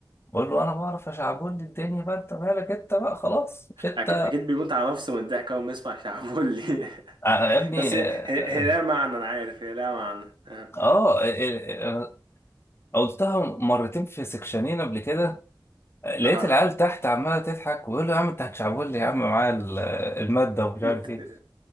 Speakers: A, on the left (about 30°); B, on the right (about 75°).
A: بقول له انا بعرف اشعبولي الدنيا بقى انت مالك انت بقى خلاص مش انت
B: أك... أكيد بيموت على نفسه من الضحك أول ما يسمع شعبولي <laughs>
A: آه، يا ابني
B: بس هي
A: اه
B: هي هي لها معنى انا عارف هي لها معنى اه
A: آه، آه، آه، قلتها مرتين في سكشنين قبل كده لقيت
B: اه
A: العيال تحت عماله تضحك ويقول له يا عم انت هتشعبولي يا عم معايا ال- الماده ومش
B: انت-
A: عارف ايه